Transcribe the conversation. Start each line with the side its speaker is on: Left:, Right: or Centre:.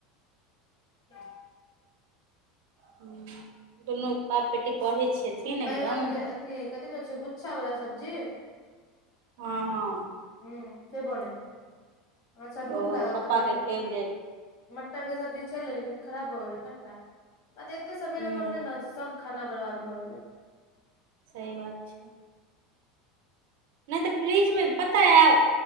Left: तऽ
Right: हुं दुनू बाप बेटी पढ़ै छथिन एकदम
Left: बैगनके अथी कथि कहै छै गुच्छावला सब्जी
Right: हँ हँ।
Left: हं से बनेै छै, आ छल भूख
Right: ओ
Left: लागल
Right: पप्पा
Left: तऽ कनि
Right: के फेवरेट
Left: मटर के सब्जी छलै, लेकिन खराब भ गेलै खट्टा तऽ एते सबेरे
Right: हूँ
Left: बनलै ने जे सब खाना बर्बाद भऽ गेलै।
Right: सही बात छै। नहि तऽ फ्रिज मे पता है